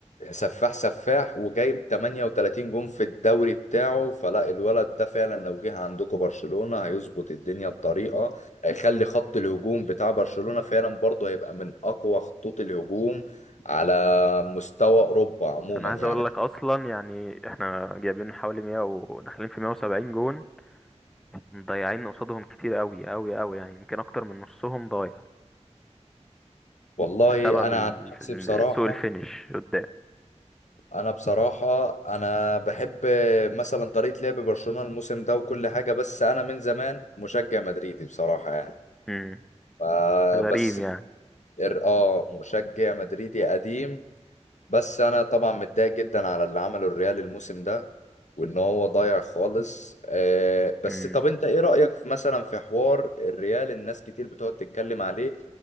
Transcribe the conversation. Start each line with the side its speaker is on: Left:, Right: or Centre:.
Left: سفاح سفاح وجايب 38 جون في الدوري بتاعه فلا الولد ده فعلا لو جه عندكم برشلونة هيظبط الدنيا بطريقة هيخلي خط الهجوم بتاع برشلونة فعلا برضه هيبقى من أقوى خطوط الهجوم على مستوى أوروبا عموما
Centre: انا عايز
Left: يعني
Centre: اقول لك اصلا يعني احنا جايبين حوالي 100 وداخلين في 170 جون مضيعين قصادهم كتير قوي قوي قوي يعني يمكن اكتر من نصهم ضايع
Left: والله
Centre: بسبب
Left: أنا
Centre: ال-
Left: عن نفسي
Centre: ال-
Left: بصراحة
Centre: سوء الفينش قدام
Left: أنا بصراحة أنا بحب مثلا طريقة لعب برشلونة الموسم ده وكل حاجة بس أنا من زمان مشجع مدريدي بصراحة يعني
Centre: امم
Left: آه،
Centre: غريم
Left: بس
Centre: يعني
Left: ال- اه مشجع مدريدي قديم بس انا طبعا متضايق جدا على اللي عمله الريال الموسم ده وان هو ضايع خالص آه، بس
Centre: امم
Left: طب انت ايه رأيك في مثلا في حوار الريال الناس كتير بتقعد تتكلم عليه